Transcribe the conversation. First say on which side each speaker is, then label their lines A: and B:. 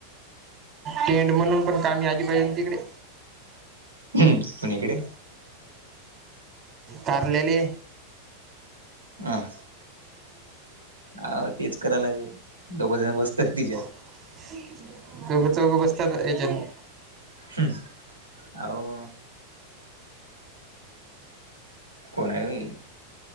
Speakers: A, on the right; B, on the right.
A: टेंट म्हणून पण कामी आली पाहिजे ना तिकडे.
B: हम्म, कुणीकडे
A: तारलेले.
B: आं... अ- तेच कराव लागलं, दोघंजण बसत्यात तिच्यात.
A: <unintelligible> दोघं चौघं बसत्यात हेच्यातनी.
B: हम्म, आवो. कोण आहे ओय,